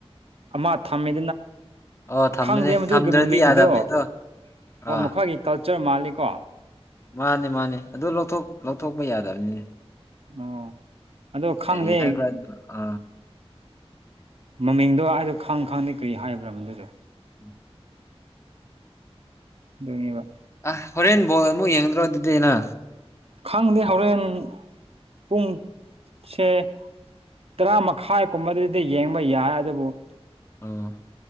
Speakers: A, on the right (about 65°); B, on the left (about 25°).
A: ꯑꯃꯥ ꯊꯝꯃꯤ
B: ꯑꯣ ꯊꯝꯃꯅꯦ
A: ꯈꯪꯗꯦ ꯃꯗꯨꯒꯤ
B: ꯊꯝꯗ꯭ꯔꯗꯤ
A: ꯃꯤꯡꯗꯣ
B: ꯌꯥꯗꯕꯅꯤꯗꯣ
A: ꯑꯣ
B: ꯑꯥ
A: ꯃꯈꯣꯏ ꯒꯤ ꯀꯜꯆꯔ ꯃꯥꯜꯂꯤꯀꯣ
B: ꯃꯥꯅꯦ ꯃꯥꯅꯦ ꯑꯗꯨ ꯂꯧ ꯂꯧꯊꯣꯛꯄ ꯌꯥꯗꯕꯅꯤꯅꯦ
A: ꯑꯣ ꯑꯗꯣ ꯈꯪꯗꯦ
B: ꯑꯦꯔꯤ ꯍꯥꯏꯕ ꯑ
A: ꯃꯃꯤꯡꯗꯣ ꯍꯥꯏꯗꯣ ꯈꯪ ꯈꯪꯗꯦ ꯀꯔꯤ ꯍꯥꯏꯕ꯭ꯔꯥ ꯃꯗꯨꯗꯣ
B: ꯎꯝ
A: ꯑꯗꯨꯣꯏꯅꯦꯕ
B: ꯑ ꯍꯣꯔꯦꯟ ꯕꯣꯜ ꯑꯃꯨꯛ ꯌꯦꯡꯗ꯭ꯔꯣ ꯑꯗꯨꯗꯤ ꯅ
A: ꯈꯥꯡꯗꯦ ꯍꯣꯔꯦꯟ ꯄꯨꯡꯁꯦ ꯇꯔꯥ ꯃꯈꯥꯏꯒꯨꯝꯕꯗꯨꯗ ꯌꯦꯡꯕ ꯌꯥꯏ ꯑꯗꯨꯕꯨ
B: ꯑꯣ